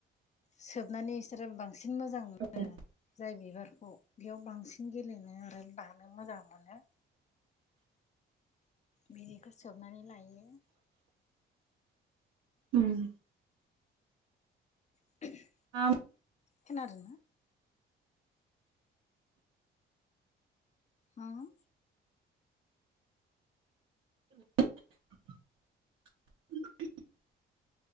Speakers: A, on the left; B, on the right.
A: सोबनानै इसोरो बांसिन मोजां
B: औ
A: ओ जाय बिबारखौ बेयाव बांसिन गेलेनो आरो बानो मोजां मोनो। बिदिखौ सोबनानै लायो।
B: हेल'
A: <inaudible>
B: आम
A: खोनादोंना अम
B: <inaudible>